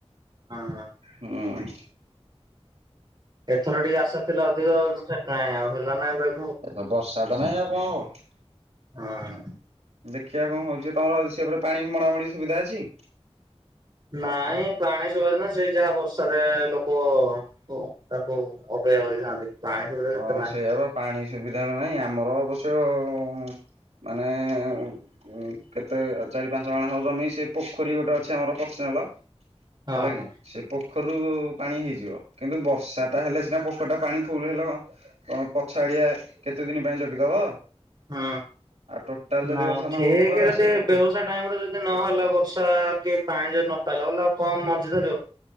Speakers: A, on the right; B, on the right.
A: ହଁ
B: ହୁଁ।
A: ଏଥର ଟିକେ ଆଶା ଥିଲା ଅଧିକ ସେ ଳକାଇଁ ଆଉ ହେଲା ନାଁଇ <unintelligible>
B: ଏ ତ ବର୍ଷା ତ ନାହିଁ ଆଉ କଣ ହବ।
A: ଅ ହଁ।
B: ଦେଖିଆ କ ହୋଉଚି। ତମର ସେପଟେ ପାଣି ମଡାମଡି ସୁବିଧା ଅଛି।
A: ନାଇଁ ପାଣି ସୁଭିଦା ସେଇ ଯାହା ବର୍ଷାରେ ଲୋକ ଓ ତାକୁ ଅପେକ୍ଷା କରିଥାନ୍ତି। ପାଣି ସୁବିଧା
B: ହଁ
A: ସେତେ ନାହିଁ
B: ସେୟା ବା ପାଣି ସୁବିଧା ବି ନାହିଁ। ଆମର ଅବଶ୍ୟ ଉଁ ମାନେ ଏ ଉଁ ଉଁ କେତେ ଚାରି ପାଞ୍ଚ ମାଣେ ହବ ଜମି ସେ ପୋଖରୀ ଗୋଟେ ଅଛି ଆମର ପର୍ସିନାଲ। ହେଲାକି
A: ହଁ ହଁ
B: ସେ ପୋଖରୀରୁ ପାଣି ହେଇଯିବ କିନ୍ତୁ ବର୍ଷାଟା ହେଲେ ସିନା ପୋଖରୀ ଟା ପାଣି ଫୁଲ ହେଲେ ହଁ ଅଁ ପଛ ଆଡିଆ କେତେ ଦିନ ପାଇଁ ଜଗିଦବ।
A: ହଁ
B: ଆଉ ଟୋଟାଲ
A: ନାଁ
B: ଯଦି ବର୍ଷା ନହବ
A: ଠିକ୍
B: କୁଆଡେ
A: ଯଦି
B: ଆସିବ ପୋଖରୀ
A: ବେଉସା ଟାଇମ୍ ରେ ଯଦି ନହେଲା ବର୍ଷା କି ପାଣି ଯଦି ନ ପାଇଲା ବୋଲେ ଆଉ କମ୍ ମଞ୍ଜି ଧରିବ।